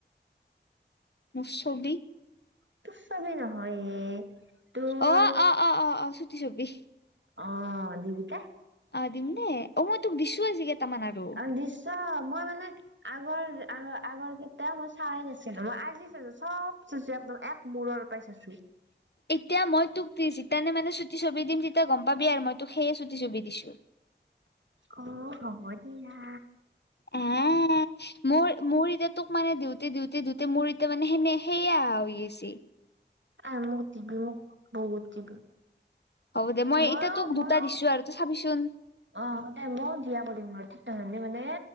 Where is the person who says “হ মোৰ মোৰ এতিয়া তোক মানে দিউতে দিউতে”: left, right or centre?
Left